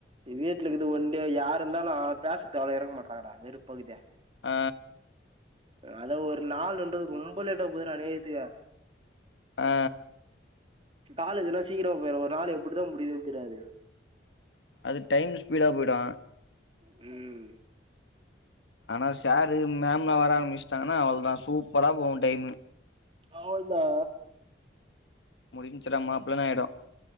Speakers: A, on the right; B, on the left.
A: வீட்டுலக்குது ஒன் டே யாருந்தாலு பேசதுக்கு ஆளு இருக்க மாட்றாங்கடா வெறுப்பகுதே
B: ஆ
A: அ அதா ஒரு நாள்ன்றது ரொம்ப லேட்டா போதுறா அநியாயத்துக்கு
B: ஆ
A: காலேஜ் எல்லா சீக்கிரமா போயிடுது ஒரு நாளு எப்புடிதா முடியுதுன்னு தெரியாது
B: அது டைம் ஸ்பீடா போயிடு
A: ம்
B: ஆனா சாரு மேம்லா வர ஆரமிச்சிட்டாங்கன்னா அவ்ளதா சூப்பரா போகு டைமு
A: அவ்ள்தா
B: முடிஞ்சுடா மாப்பிள்ளன்னு ஆயிடு